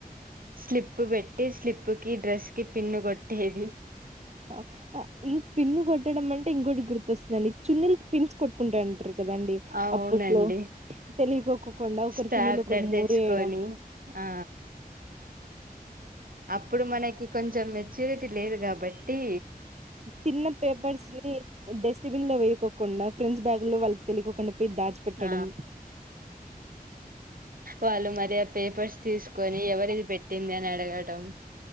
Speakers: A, on the right (about 65°); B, on the right (about 45°).
A: స్లిప్ ప్పు బెట్టి స్లిప్ కి, డ్రెస్ కి పిన్ను కొట్టేది.
B: ఆ ఆ ఈ పిన్ను కొట్టడం అంటే ఇంకోటి గుర్తొస్తుదండి. చున్నీలకి పిన్స్ కొట్టుకుంటాట్నరు. కదండి
A: అవునండి
B: అప్పట్లో తెలియకోక్కకుండా ఒకరిచున్నీలు
A: స్టాప్లర్
B: ఒకరు మూరేయడం.
A: తెచ్చుకొని ఆ అప్పుడు మనకి కొంచెం మెచ్యూరిటీ లేదు గాబట్టి
B: తిన్న పేపర్స్ ని డస్ట్ బిన్ లో వేయకోకుండా ఫ్రెండ్స్ బ్యాగు్ లో వాళ్ళకి తెలియకోకుండా పోయి దాచిపెట్టడం
A: హ వాళ్ళు మరి పేపర్స్ తీసుకొని ఎవరి ఇది పెట్టింది అని అడగడం